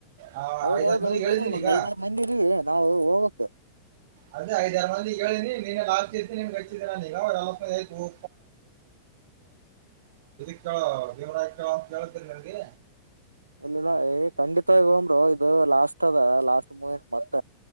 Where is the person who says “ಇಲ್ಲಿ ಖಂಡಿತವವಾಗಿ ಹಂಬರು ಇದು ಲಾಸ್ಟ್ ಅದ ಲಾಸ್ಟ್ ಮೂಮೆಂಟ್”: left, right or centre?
Right